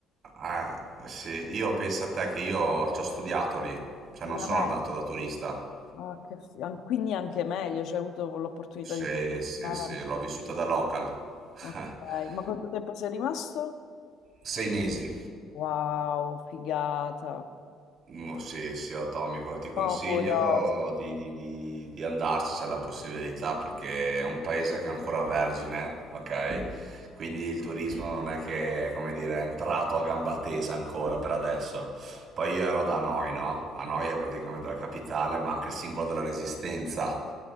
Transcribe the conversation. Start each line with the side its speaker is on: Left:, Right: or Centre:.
Right: Ah, sì, io penso a te che io ci ho studiato lì, cioè
Left: Veramente.
Right: non sono andato da turista.
Left: Ah, che fi- an- Quindi anche meglio, cioè, hai avuto l'opportunità
Right: Sì,
Left: di... Eh,
Right: sì, sì, l'ho vissuta da local.
Left: ok,
Right: <laughs>
Left: ma quanto tempo sei rimasto?
Right: Sei mesi.
Left: Wow, figata.
Right: Mm, Sì, sì, atomico. Ti consiglio
Left: No, curioso.
Right: di, di, di, di andarci se hai la possibilità, perché è un paese che è ancora vergine, ok? Quindi il turismo non è che, come dire, è entrato a gamba tesa ancora per adesso. Poi io ero da Hanoi, no? Hanoi è praticamente la capitale, ma anche il simbolo della resistenza.